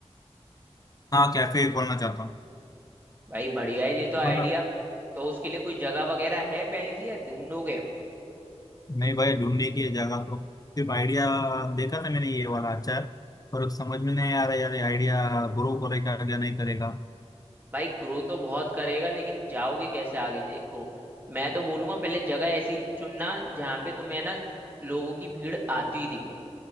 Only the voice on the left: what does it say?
हाँ कैफे खोलना चाहता हूँ
मतलब
नहीं भाई ढूंढने की है जगह तो सिर्फ आइडिया देखा था मैंने ये वाला अच्छा है पर समझ में नहीं आ रहा यार आइडिया ग्रो करेगा या नहीं करेगा